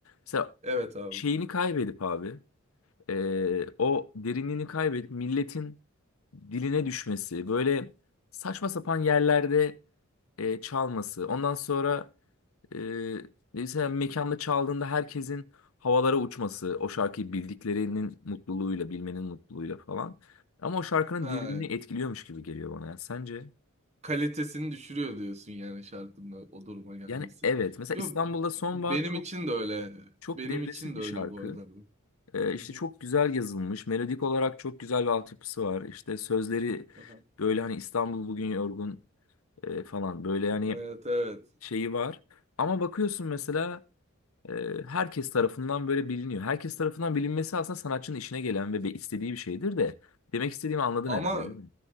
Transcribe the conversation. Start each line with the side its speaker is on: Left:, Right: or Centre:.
Left: Mesela
Right: Evet abi.
Left: şeyini kaybedip abi e, o derinliğini kaybedip milletin diline düşmesi, böyle saçma sapan yerlerde e, çalması, ondan sonra e, mesela mekanda çaldığında herkesin havalara uçması, o şarkıyı bildiklerinin mutluluğuyla, bilmenin mutluluğuyla falan. Ama o şarkının
Right: Ha,
Left: derinliğini etkiliyormuş gibi geliyor bana. Yani sence?
Right: kalitesini düşürüyor diyorsun yani şarkının o duruma gelmesi.
Left: Yani evet. Mesela
Right: Yo
Left: İstanbul'da Son
Right: benim
Left: var çok
Right: için de öyle.
Left: çok
Right: Benim
Left: depresif
Right: için
Left: bir
Right: de öyle
Left: şarkı.
Right: bu arada. bu.
Left: Ee,
Right: Hı
Left: işte
Right: hı.
Left: çok güzel yazılmış. Melodik olarak çok güzel bir altyapısı var. İşte sözleri
Right: Aha.
Left: böyle hani İstanbul bugün yorgun e, falan böyle yani
Right: Evet evet.
Left: şeyi var. Ama bakıyorsun mesela e, herkes tarafından böyle biliniyor. Herkes tarafından bilinmesi aslında sanatçının işine gelen ve be- istediği bir şeydir de. Demek istediğimi anladın
Right: Ama
Left: herhalde değil mi?